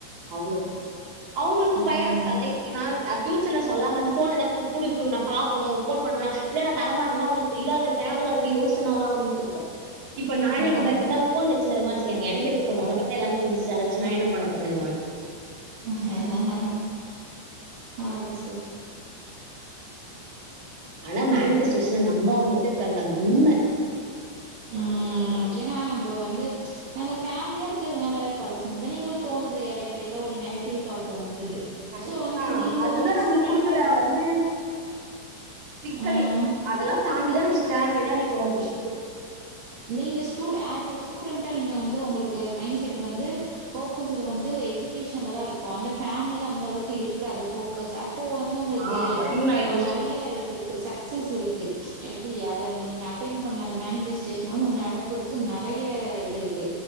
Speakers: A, on the right (about 30°); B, on the right (about 55°).
A: அவ்ளதா அவங்குளுக்கு
B: ம்
A: பயோ இருக்காதுல இப்பி நா அ ஃபியூச்சர்ல சொல்லாமர்ந்து ஃபோன்ன லா கு குடுக்கு நா பாக்குணு ஃபோன் பண்ணனா இல்ல நா தர மாட்டன்னா உங்ளுக்கு இல்லாத தேவ இல்லாதது யோசனலா வந்துட்டு இருக்கு இப்ப நானே
B: ஆமா
A: எங்க அம்மா
B: கண்டிப்பா
A: கிட்டந்து ஃபோன் வச்சு <unintelligible> ஏ எனக்கெதுக் ஃபோனு உன்ன பத்தி தா எல்லாமே தெரிச்சுச்சு அத வச்சு நா என்ன பண்ண போறேன்னுவாங்க
B: ஹ்ஹஹ அது சேரி
A: ஆனா மேனிஃபெஸ்டேஷன்ன நம்பாம மட்டு இருக்காதீங்க அது உண்ம
B: ஆ அ ஏனா நம்ம வந்து நாங்க ஃபேமிலியா இருக்கர்துனால பல சிந்தனைகள் தோணுது எடைல எடைல ஒரு நெகட்டிவ் தாட் வந்துது
A: கரெக்டுதா
B: சோ வந்து நீங்க
A: அதுதா
B: ஒரு
A: நம்புளுக்கு
B: ஸ்டூடெண்டா
A: குடுக்குற வந்து சிக்கலே
B: ஆ
A: அதெல்லா தாண்டிதா நம்ம ஸ்டாண்டர்டா நிக்கணு ஒரு விஷயத்துக்கு
B: நீங்க ஸ்டூ ஆஸ் ஏ ஸ்டுடண்டா நீங்க வந்து உங்குளுக்கு மைண்ட செட் வந்து ஃபோக்கஸ்ல வந்து எஜிகேஷன்ல தாருக்கு அந்த ஃபேமிலில அந்த அளவுக்கு இருக்காது ஃபோக்கஸ் அ அப்போ வந்து உங்குளுக்கு
A: ஆ அதையும் நான்
B: அ
A: யோசிச்சிருக்கேன்
B: நறைய இதுருக்கு சக்சஸ் இருக்கு எப்டி அது அந்த நீங்க அட்டென் பண்ண அந்த மேனிபெஸ்டேஷன் வந்து நடக்குது அதுக்கு நெறைய இது இருக்கு